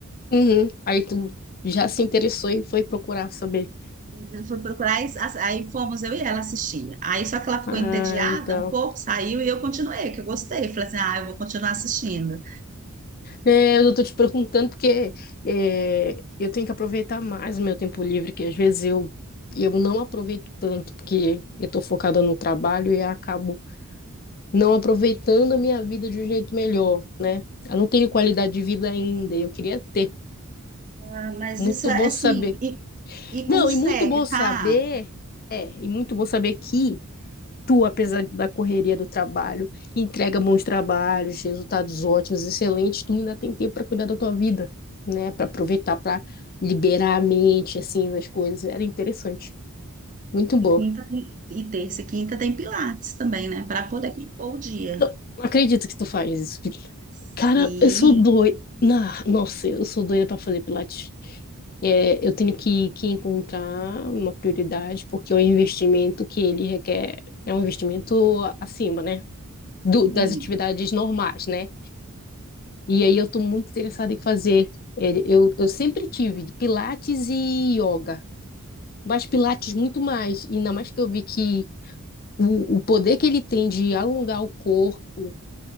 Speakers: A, on the left (about 40°); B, on the right (about 35°).
A: Uhum. Aí tu já se interessou e foi procurar saber.
B: Eu Fui procurar, e as- aí fomos eu e ela assistir. Aí só que ela ficou
A: Ah,
B: entediada
A: legal.
B: um pouco, saiu e eu continuei, que eu gostei. Falei assim, ah, eu vou continuar assistindo.
A: É, eu tô te perguntando porque é, eu tenho que aproveitar mais o meu tempo livre, que às vezes eu, eu não aproveito tanto, porque eu tô focada no trabalho e acabo não aproveitando a minha vida de um jeito melhor, né? Eu não tenho qualidade de vida ainda, e eu queria ter.
B: Ah, Mas
A: Muito
B: isso é
A: bom
B: assim,
A: saber.
B: e, e
A: Não,
B: consegue,
A: e muito bom saber,
B: tá?
A: é, e muito bom saber que tu, apesar da correria do trabalho, entrega bons trabalhos, resultados ótimos, excelentes, tu ainda tem tempo para cuidar da tua vida, né? Para aproveitar, para liberar a mente, assim, das coisas. Era interessante. Muito bom.
B: E Quinta tem- e terça e quinta tem pilates também, né? Para poder compor o dia.
A: Não, não acredito que tu faz isso. Felipe.
B: Sim,
A: Cara, eu sou doida. Ah, Nossa, eu sou doida para fazer pilates. É, eu tenho que, que encontrar uma prioridade, porque o investimento que ele requer é um investimento acima, né? Do, das
B: sim,
A: atividades normais, né? E aí eu estou muito interessada em fazer. Ele- Eu, eu sempre tive pilates e yoga, mas pilates muito mais. E ainda mais que eu vi que o, o poder que ele tem de alongar o corpo,